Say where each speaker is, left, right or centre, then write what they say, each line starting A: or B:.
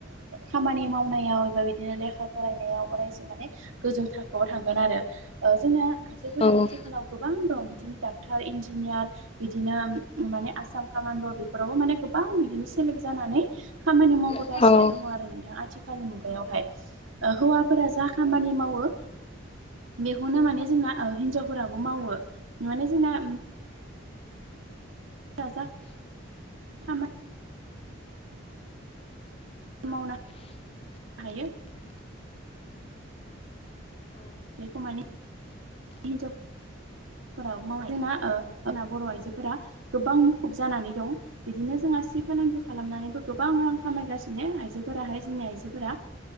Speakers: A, on the right; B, on the left.
A: खामानि मावनायाव एबा बिदिनो लेखा फरायनायाव अरायसम माने गोजौ थाखोआव थांगोन आरो जोंना आइजोफोरा
B: बिसोरो
A: आथिखालाव
B: जेबो
A: गोबां दं बिदिनो डाक्टर इन्जिनियार बिदिनो माने आसाम कामानद बेफोरावबो माने गोबां बिदिनो सेलेक् जानानै खामानि माव
B: रोङा
A: गासिनो दङ आरो नोंथाङा आथिखालनि मुगायावहाय हौवाफोरा जा खामानि मावो बेखौनो माने जोंना हिनजावफोराबो मावो माने जोंना रां खामायो मावनो हायो बेखौ मानि हिनजावाव मा जोंना जोंना बर' आइजोफोरा गोबां मुखुब जानानै दं बिदिनो जों आसि फालांगि खालामनानैबो गोबां रां खामायगासिनो आइजोफोराहाय जोंनि आइजोफोरा